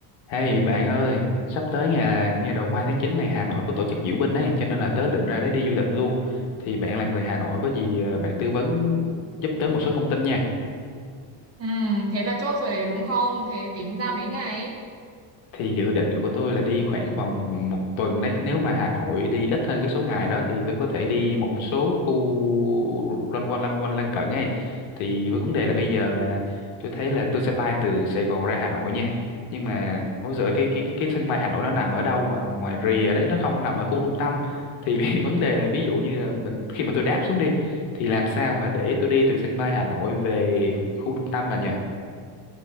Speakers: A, on the left (about 80°); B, on the right (about 30°).
A: Hey bạn ơi, sắp tới nhà nhà đầu hai tháng 9 này Hà Nội có tổ chức diễu binh ấy, cho nên là tớ định ra đấy đi du lịch luôn. Thì bạn là người Hà Nội có gì ờ, bạn tư vấn giúp tớ một số thông tin nha.
B: Ừ, thế là chốt rồi đấy đúng không? Thế tính ra mấy ngày ấy.
A: thì dự định của tôi là đi khoảng vòng một tuần đấy nếu mà Hà Nội đi ít hơn cái số ngày đó thì tôi có thể đi một số khu loanh quanh loanh quanh lân cận ấy thì với vấn đề là bây giờ là tôi thấy là tôi sẽ bay từ Sài Gòn ra Hà Nội nha nhưng mà ôi giời cái cái cái cái sân bay Hà Nội nó nằm ở đâu mà ngoài rìa đấy nó không nằm ở khu trung tâm thì vì <laughs> vấn đề là ví dụ như là mình khi mà tôi đáp xuống đi thì làm sao mà để tôi đi từ sân bay Hà Nội về khu trung tâm bà nhỉ